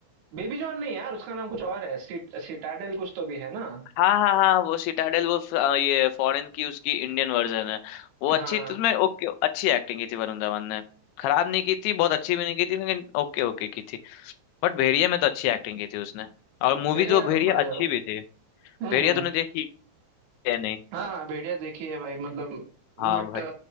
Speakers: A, on the right (about 80°); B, on the left (about 85°).
A: बेबी जॉन नहीं यार उसका नाम कुछ और है सिट, सिटाडेल कुछ तो भी है ना
B: हाँ हाँ हाँ वो सिटाडेल वो फ- अ, ये फॉरेन की उसकी इंडियन वर्जन है वो अच्छी
A: हाँ
B: तुझमें ओके अच्छी एक्टिंग की थी वरुण धवन ने खराब नहीं की थी बहुत अच्छी भी नहीं की थी लेकिन ओके ओके की थी बट भेड़िया में तो अच्छी एक्टिंग की थी उसने और मूवीज
A: बढ़िया
B: वो भेड़िया
A: बढ़िया
B: अच्छी भी थी
A: हम्म
B: भेड़िया
A: हम्म
B: तूने देखी है नहीं
A: हाँ हाँ भेड़िया देखी है भाई मतलब
B: हाँ
A: बट
B: भाई